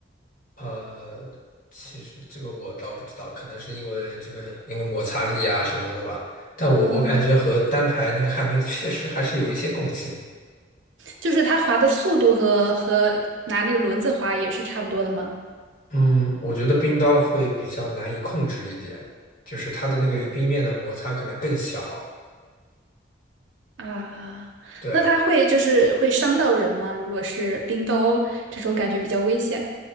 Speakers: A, on the left; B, on the right.
A: 呃，其实这个我倒不知道，可能是因为这个因为摩擦力啊什么的吧。但我我感觉和单排那个旱冰确实还是有一些共性。
B: 嗯，就是它滑的速度和和拿那个轮子滑也是差不多的吗？
A: 嗯，我觉得冰刀会比较难以控制一点，就是它的那个与冰面的摩擦可能更小。
B: 啊，
A: 对
B: 那它会就是会伤到人吗？如果是冰刀这种感觉比较危险